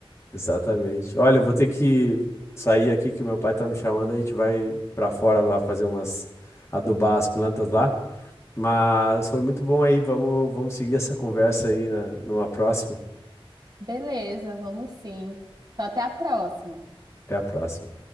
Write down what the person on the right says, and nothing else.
Beleza, vamos sim. Então, até a próxima.